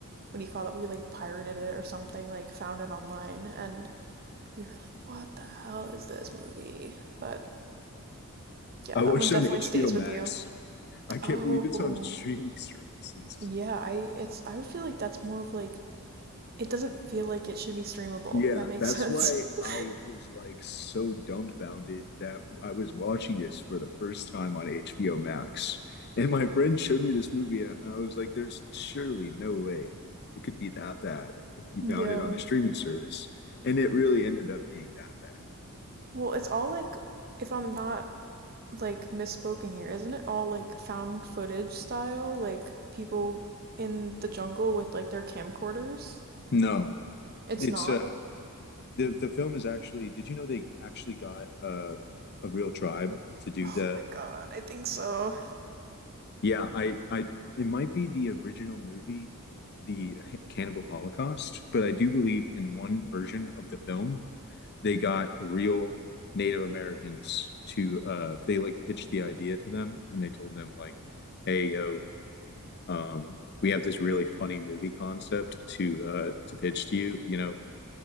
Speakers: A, on the right; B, on the left.
A: what do you call it? We like pirated it or something, like found it online, and we were like, what the hell is this movie? But yeah,
B: I watched
A: that one definitely
B: it on HBO
A: stays
B: Max.
A: with you.
B: I can't
A: Oh,
B: believe it's on streaming services.
A: yeah, I it's I would feel like that's more of like it doesn't feel like it should be streamable.
B: Yeah,
A: If That makes
B: that's
A: sense.
B: why
A: <laughs>
B: I was like so dumbfounded that I was watching this for the first time on HBO Max. And my friend showed me this movie, and I was like, there's surely no way it could be that bad if you found
A: Yeah.
B: it on a streaming service. And it really ended up being that bad.
A: Well, it's all like if I'm not like misspoken here. Isn't it all like found footage style? Like people in the jungle with like their camcorders?
B: No,
A: It's
B: it's
A: not.
B: uh the the film is actually. Did you know they actually got uh, a real tribe to do
A: Oh
B: the
A: my god, I think so.
B: Yeah, I, I, it might be the original movie, the H- Cannibal Holocaust, but I do believe in one version of the film, they got real Native Americans to, uh, they like pitched the idea to them and they told them, like, hey, yo, um, we have this really funny movie concept to, uh, to pitch to you. You know,